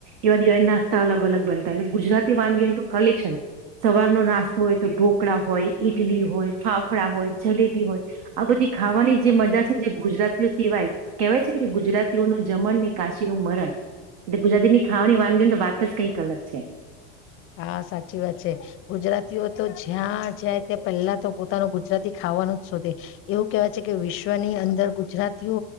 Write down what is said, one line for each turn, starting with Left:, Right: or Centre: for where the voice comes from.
Right: એવા દિવાળી નાસ્તા અલગ અલગ બનતા હોય, એટલે ગુજરાતી વાનગીઓનું તો કલેક્શન. સવાર નો નાસ્તો હોય તો ઢોકળા હોય, ઈડલી હોય, ફાફડાા હોય, જલેબી હોય, આ બધી ખાવાની જે મજા છે જે ગુજરાતીઓ સિવાય કહેવાય છે ને કે ગુજરાતીઓનું જમણ ને કાશી નું મરણ, એટલે ગુજરાતીની ખાવાની વાનગીને તો વાત જ કંઈક અલગ છે.
Left: હા, સાચી વાત છે. ગુજરાતીઓ તો જ્યાં જાય ત્યા પહેલા તો પોતાનું ગુજરાતી ખાવાનુંજ શોધે. એવું કેહેવાય છે કે વિશ્વની અંદર ગુજરાતીઓ